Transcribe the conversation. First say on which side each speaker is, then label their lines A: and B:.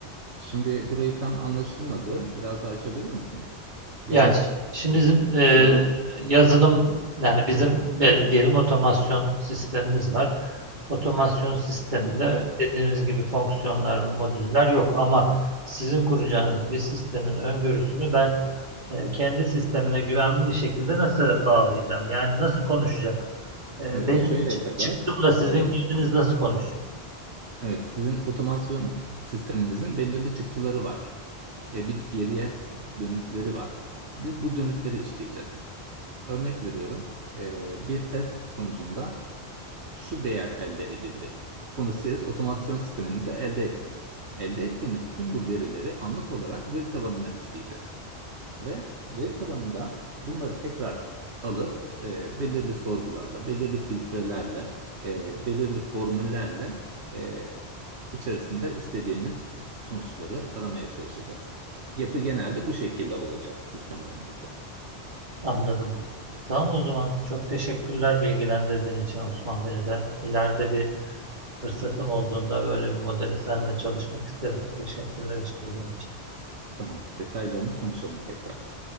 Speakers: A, on the right (about 75°); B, on the right (about 45°).
A: şimdi burayı tam anlaşılmadı. Biraz daha açabilir misiniz? Yani
B: Yani ş- şimdi
A: e,
B: bizim
A: sizin
B: e, yazılım yani bizim bel- diyelim otomasyon sistemimiz var. Otomasyon sisteminde
A: tamam.
B: dediğimiz gibi fonksiyonlar, modüller yok ama sizin kuracağınız bir sistemin öngörüsünü ben e, kendi sistemine güvenli şekilde nasıl bağlayacağım? Yani nasıl konuşacak? E,
A: Evet,
B: benim
A: şöyle
B: çı-
A: yapacağız.
B: çıktımla sizin
A: Ee,
B: girdiniz nasıl konuşacak?
A: evet, sizin otomasyon sisteminizin belirli çıktıları var. Ee, bir geriye dönütleri var. Biz bu dönütleri işleyeceğiz. Örnek veriyorum. ee, bir test sonucunda şu değer elde edildi. Bunu siz otomasyon sisteminde elde ettiniz. Elde ettiğiniz tüm bu verileri anlık olarak veri tabanına işleyeceğiz. Ve veri tabanında bunları tekrar alıp e, belirli sorgularla, belirli filtrelerle, e, belirli formüllerle e, içerisinde istediğimiz sonuçları aramaya çalışacağız. Yapı genelde bu şekilde olacak sistemlerimizde.
B: Anladım. Tamam o zaman çok teşekkürler bilgilendirdiğin için Osman beni de. İleride bir Fırsatım olduğunda böyle bir modeli seninle çalışmak isterim. Teşekkürler işbirliğin için.
A: Tamam, detaylarını konuşalım tekrar.